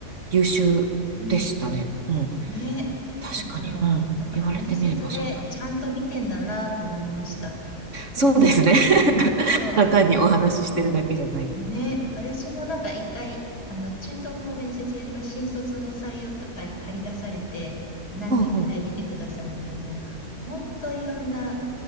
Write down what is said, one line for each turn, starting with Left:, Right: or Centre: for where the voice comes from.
Right: 優秀でしたね。
Left: うん。
Right: うん。
Left: ね。
Right: 確かに。
Left: だから、
Right: うん。
Left: だから面接でちゃんと見てんだなと思いました。
Right: 言われてみればそうだ。そうですね。
Left: うん
Right: <laughs>
Left: そうそ
Right: ただ単にお話ししてるだけじゃない。
Left: う。ね。私もなんか一回、あの、中東も面接やります。新卒の採用とかに借り出されて、何人かい見てください時も、
Right: うんうん。
Left: 本当いろんな、